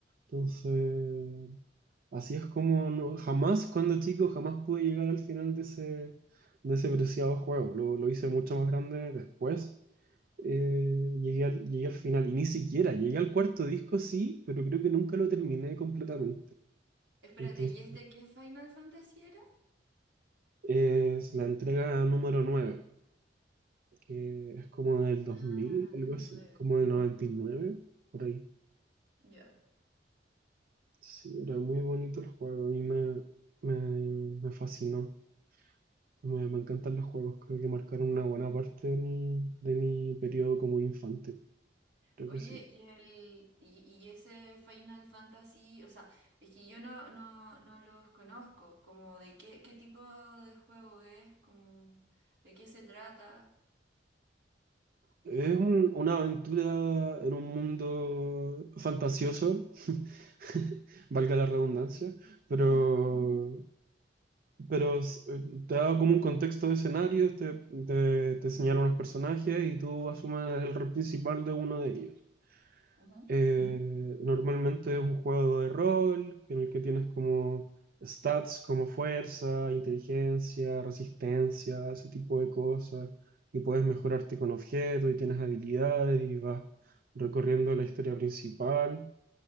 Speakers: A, on the right (about 55°); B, on the right (about 75°).
A: Entonces, así es como no- jamás, cuando chico, jamás pude llegar al final de ese, de ese preciado juego. Lo, lo hice mucho más grande después eh, llegué al, llegué al final y ni siquiera, llegué al cuarto disco sí, pero creo que nunca lo terminé completamente.
B: Espérate,
A: Entonces,
B: ¿y este qué Final Fantasy era?
A: es la entrega número nueve que es como del dos mil
B: Ah,
A: algo
B: el
A: así,
B: nueve,
A: como del 99 por ahí.
B: Ya.
A: Sí, era muy bonito el juego, a mí me, me, me fascinó. Me, me encantan los juegos, creo que marcaron una buena parte de mi, de mi periodo como infante, creo
B: Oye,
A: que sí.
B: y el y, y ese Final Fantasy, o sea, es que yo no, no, no los conozco, como de qué, qué tipo de juego es, como de qué se trata.
A: Es un- una aventura en un mundo fantasioso <laughs> valga la redundancia, pero,
B: Ujú,
A: pero s- te da como un contexto de escenario, te, te, te señala unos personajes y tú asumes el rol principal de uno de ellos.
B: ujú.
A: Eh, normalmente es un juego de rol en el que tienes como stats como fuerza, inteligencia, resistencia, ese tipo de cosas, y puedes mejorarte con objetos y tienes habilidades y vas recorriendo la historia principal.